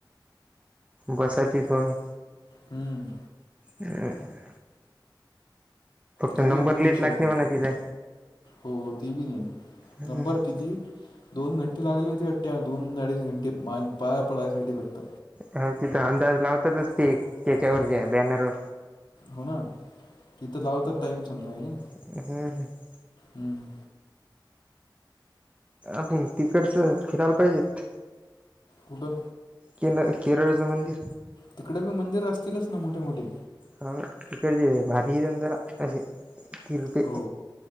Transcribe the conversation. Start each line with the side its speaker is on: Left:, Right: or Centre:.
Right: बसाची सोय.
Left: हम्म.
Right: हम.
Left: जाऊ
Right: नंबर
Left: एखद
Right: लेट
Left: दिवशी
Right: लागते
Left: आपण
Right: म्हणा तिथे.
Left: हो ते बी नाही
Right: हम्म
Left: नंबर किती? दोन घंटे लागले होती अट्ट्या दोन अडीच घंटे मान पाया पडयसाठी फक्त.
Right: ह तिथं अंदाज लावतातच त त्याच्यावर जे बॅनर.
Left: हो ना तिथं लाव तर टाइम समजा आहे
Right: हम् ह
Left: हम्म
Right: आपण तिकडचं फिरायला पाहिजेत
Left: कुठं
Right: के केरळचं मंदिर
Left: तिकडे बी मंदिर असतीलच ना मोठे मोठे
Right: हा म तिकडची भारी आहे ना जरा असे तिरपे
Left: हो